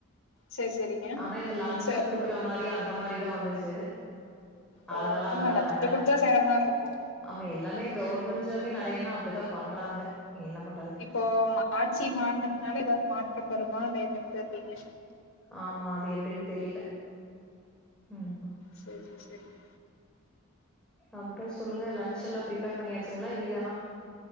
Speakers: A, on the left (about 75°); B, in the centre.
A: செரி செரிங்க
B: ஆனா இந்த லஞ்சொ
A: ச
B: குடுக்குற மாரி அந் த மாரிதா வந்துச்சு
A: ஓ
B: அதனால
A: ஆமா
B: அதல்லா
A: லஞ்ச
B: வேண்டான்டாங்க
A: குடுத்தா சேர மாரி இருக்கு
B: ஆமா எல்லாமே கவர்மெண்ட் ஜாபே நெறையன்னா அப்டிதா பண்றாங்க என்ன பண்றது
A: இப்போ ஆட்சி மாறனதுனால ஏதாவது மாற்றம் வருமா இல்ல என்னன்னு தெர்லீங்க
B: ஆமா அது எப்டின்னு தெரியல ம்
A: செர் செர் செரிங்க
B: அப்றோ சொல்லுங்க லஞ்ச் எல்லா பிரிஃப்பேர் பண்ணியாச்சுங்களா இனிதானா